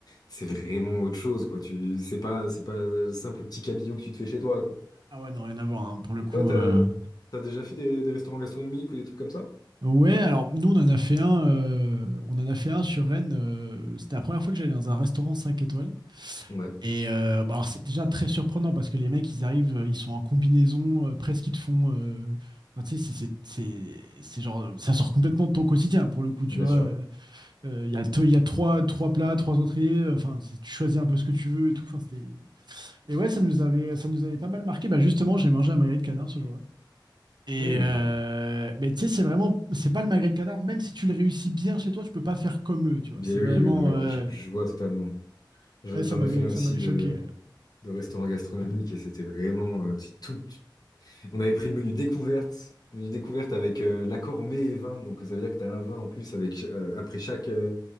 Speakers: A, on the left (about 55°); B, on the right (about 65°).
A: c'est vraiment autre chose, quoi. Tu, c'est pas, c'est pas le simple petit cabillaud que tu te fais chez toi, quoi.
B: Ah ouais, non, rien à voir, hein, pour le
A: Et
B: coup.
A: toi, t'as,
B: euh.
A: t'as déjà fait des, des restaurants gastronomiques ou des trucs comme ça?
B: Ouais, alors nous, on en a fait un, euh, on en a fait un sur Rennes. euh, C'était la première fois que j'allais dans un restaurant 5 étoiles.
A: Ouais.
B: Et euh, bah, alors, c'est déjà très surprenant parce que les mecs, ils arrivent, euh, ils sont en combinaison, euh, presque ils te font. euh, enfin, tu sais, c'est c'est- c'est- c'est genre. Ça sort complètement de ton quotidien, pour le coup, tu
A: Bien
B: vois.
A: sûr.
B: Euh, euh, Il y a, t- il y a trois, trois plats, trois entrées. euh, Enfin, c'est- tu choisis un peu ce que tu veux et tout. Enfin, c'était... Et ouais, ça nous avait, ça nous avait pas mal marqué. Bah, justement, j'ai mangé un magret de canard ce jour-là. Et
A: Hmm.
B: euh, mais tu sais, c'est vraiment, c'est pas le magret de canard. Même si tu le réussis bien chez toi, tu peux pas faire comme eux, tu vois.
A: Bien
B: C'est
A: oui,
B: vraiment,
A: oui, non, mais
B: euh,
A: je, je vois totalement. Je-
B: ouais, ça
A: J'en
B: m'avait,
A: ai fait un
B: ça
A: aussi
B: m'avait choqué.
A: de, de restaurant gastronomique et c'était vraiment euh, tu- tout. tu- On avait pris le menu découverte, menu découverte avec euh, l'accord mets et vin. Donc ça veut dire que tu as un vin en plus avec euh, après chaque euh,